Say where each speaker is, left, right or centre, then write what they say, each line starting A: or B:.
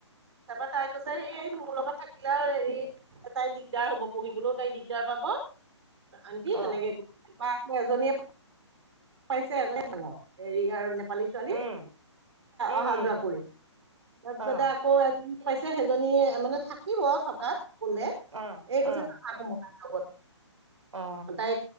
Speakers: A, on the right (about 65°); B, on the right (about 80°).
A: তাৰপৰা তাই কৈছে এই মোৰ লগত থাকিলে আৰু হেৰি। তাই দিগদাৰ হ'ব পঢ়িবলৈও তাই দিগদাৰ পাব আণ্টি
B: অ
A: তেনেকে আছে এজনীয়ে। পাইছে আ ডাঙৰ হৰি আৰু ছোৱালী ছোৱালী
B: উম উম
A: অহা
B: উম
A: যোৱা কৰিম তাৰপিছতে
B: অ
A: আকৌ এ পাইছে সেইজনী মানে থাকিব থকাত কলে
B: অ
A: এই কৈছে
B: অ
A: নাথাকো লগত
B: অ
A: তাই